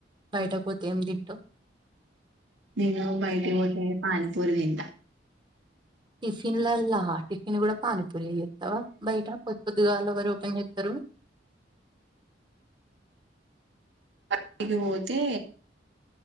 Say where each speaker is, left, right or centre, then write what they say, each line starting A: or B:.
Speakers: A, on the right (about 25°); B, on the right (about 85°).
A: బయటక్ పోతే ఏం తింటావ్
B: నేను బయటికి పోతే పాణి పూ పురి తింట
A: టిఫిన్ లల్లా టిఫిన్ కూడా పానీపూరి యేజేస్తావా బయట పొద్ పొద్దుగాళ్ల ఎవరు ఓపెన్ చేస్తారు
B: బయటకి పోతే